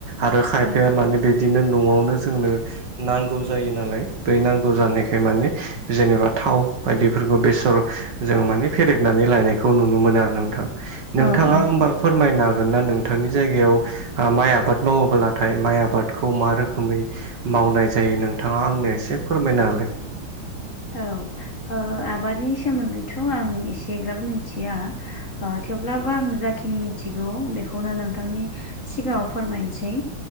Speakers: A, on the right; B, on the left.
A: आरो खायफाया
B: औ
A: माने बि दिनो न'आवनो जोंनो नांगौ जायो नालाय बै नांगौ जानायखाय माने जेनेबा थाव बायदिफोरखौ बेसर जों माने फेरेदनानै लायनायखौ नुनो मोनो आरो नोंथां नोंथाङा
B: औ औ
A: होमबा फोरमायनो हागोन ना नोंथांनि जायगायाव ओ माइ आबाद मावोब्लाथाय माइ आबाद खौ मा रोखोमै मावनाय जायो नोंथाङा आंनो एसे फोरमायना होलाय?
B: औ ओ आबादनि सोमोन्दैथ' आं एसे ग्राब मिथिया ओ थेवब्लाबो आं जाखिनि मिथिगौ बेखौनो नोंथांनि सिगाङाव फोरमायनोसै